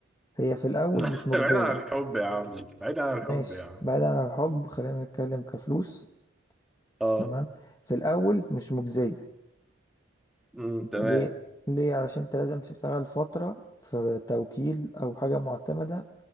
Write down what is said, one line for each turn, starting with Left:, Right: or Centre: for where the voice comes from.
Left: هي في الأول
Centre: <laughs>
Left: مش مجزية
Centre: بعيدا عن الحب يا عم بعيدا عن الحب
Left: ماشي
Centre: يا عم
Left: بعيدا عن الحب خلينا نتكلم كفلوس
Centre: اه
Left: تمام في الأول مش مجزية
Centre: أمم، تمام
Left: ليه؟ ليه علشان أنت لازم تشتغل فترة في توكيل أو حاجة معتمدة